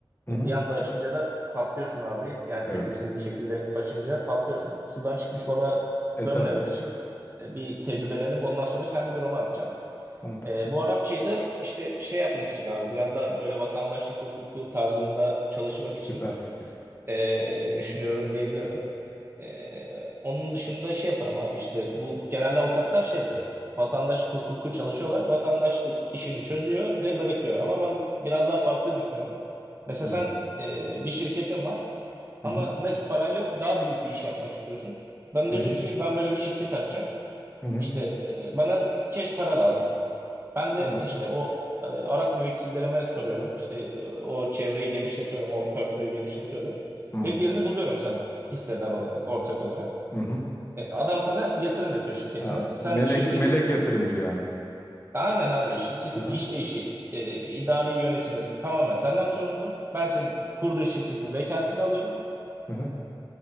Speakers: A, on the left; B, on the right.
A: Hı
B: E,
A: hı.
B: bir anda açınca da patlıyorsun abi. Yani
A: Evet.
B: tecrübesiz bir şekilde açınca patlıyorsun. Sudan çıkmış balığa
A: E
B: dönmemek
A: tabii.
B: için e, bir tecrübelenip ondan sonra kendi büroma atacağım.
A: Mantıklı.
B: E, bu Arapçayı da işte şey yapmak için abi biraz daha böyle vatandaşlık hukuku tarzında çalışmak
A: Süper
B: için
A: fikir.
B: e, düşünüyorum diyebilirim. E, onun dışında şey yaparım abi işte bu genelde avukatlar şey yapıyor. Vatandaşlık hukuku çalışıyorlar. Vatandaşlık işini çözüyor ve bırakıyor. Ama ben biraz daha farklı düşünüyorum. Mesela
A: Hı
B: sen
A: hı.
B: e, bir şirketin var ama
A: Hı
B: nakit paran yok. Daha büyük bir iş yapmak istiyorsun. Bana
A: hı.
B: diyorsun ki ben böyle bir şirket açacağım.
A: Hı hı.
B: İşte e, bana cash para lazım. Ben
A: Tamam.
B: de işte o e, Arap müvekkillerime soruyorum. İşte e, o çevreyi genişletiyorum, o portföyü genişletiyorum.
A: Hı
B: Ve birini buluyorum sana hissedar olarak, ortak olarak.
A: hı.
B: E, adam sana yatırım yapıyor şirketine.
A: Ha,
B: Sen
A: melek
B: şirketin,
A: melek yatırımcı yani.
B: aynen abi şirketin
A: Aha,
B: işleyişi, e, idari yönetimi tamamen senden sorumlu. Ben senin kurduğun şirketin vekaletini alıyorum.
A: aha.